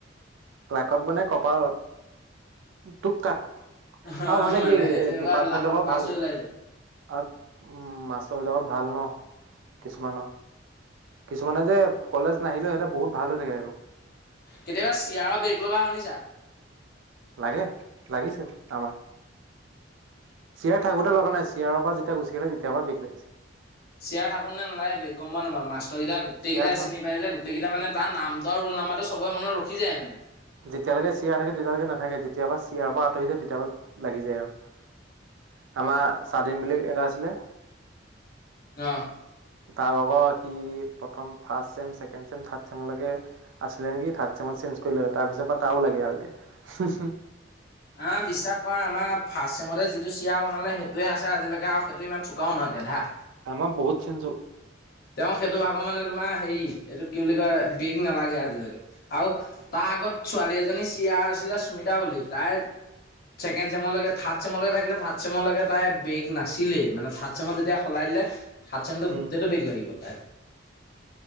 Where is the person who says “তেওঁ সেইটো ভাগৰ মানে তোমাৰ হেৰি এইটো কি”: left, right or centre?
Left